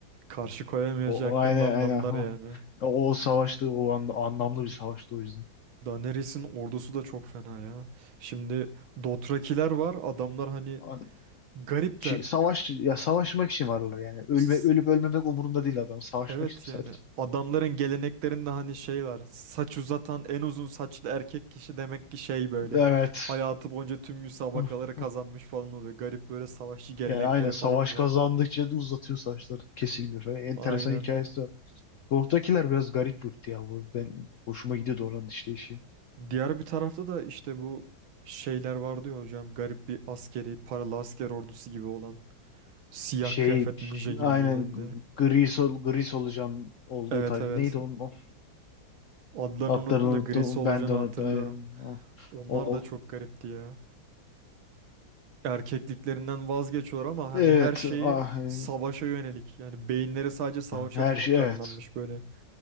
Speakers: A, on the right; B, on the left.
A: Karşı koyamayacaklarını
B: O, o aynen
A: anladılar
B: aynen. Ha.
A: yani.
B: O, o savaştı o anda anlamlı bir savaştı o yüzden.
A: Daenerys'in ordusu da çok fena ya. Şimdi Dothrakiler var. Adamlar hani
B: An-
A: garipler.
B: şey, savaş ya savaşmak için varlar yani. Ölme
A: S-
B: ölüp ölmemek umurunda değil adam. Savaşmak
A: Evet
B: için sadece.
A: yani adamların geleneklerinde hani şey var. Saç uzatan en uzun saçlı erkek kişi demek ki şey böyle.
B: Evet.
A: Hayatı boyunca tüm müsabakaları
B: <laughs> Hıh,
A: kazanmış
B: hıh.
A: falan oluyor. Garip böyle savaşçı gelenekleri
B: Yani aynen savaş
A: falan var.
B: kazandıkça da uzatıyor saçlar. Kesilmiyor falan. Enteresan
A: Aynen.
B: hikayesi var. Doğudakiler biraz garip bir ırktı ya. Bu, ben hoşuma gidiyordu oranın işleyişi.
A: Diğer bir tarafta da işte bu şeyler vardı ya hocam. Garip bir askeri, paralı asker ordusu gibi olan. Siyah
B: Şey
A: kıyafetli ninja gibi
B: aynen
A: giyinenler.
B: gri sol gri solucan olduğu
A: Evet
B: tayfa.
A: evet.
B: Neydi onun o?
A: Adlarını
B: Adlarını
A: unuttum
B: unuttum.
A: da grisi olacağını
B: Ben de unuttum.
A: hatırlıyorum.
B: Aynen. O,
A: Onlar
B: o.
A: da çok garipti ya. Erkekliklerinden vazgeçiyorlar ama hani
B: Evet.
A: her şeyi
B: ah, e,
A: savaşa yönelik. Yani beyinleri sadece savaşa
B: her
A: programlanmış
B: şey evet.
A: böyle